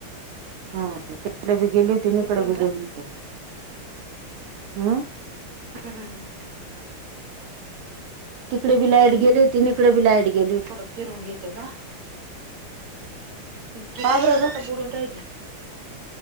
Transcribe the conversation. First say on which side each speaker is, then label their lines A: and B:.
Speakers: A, on the right; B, on the right.
A: हा तिकडे बी गेली तिन
B: ती
A: इकडे
B: सेमच
A: ब गेली हम
B: हम्म
A: तिकडे बी लाईट गेली होती त इिकडे बी लाईट गेली होती
B: थोडं फिरून घेते ग इतकी का
A: बरं
B: पटापट
A: ग
B: बोलून राहिली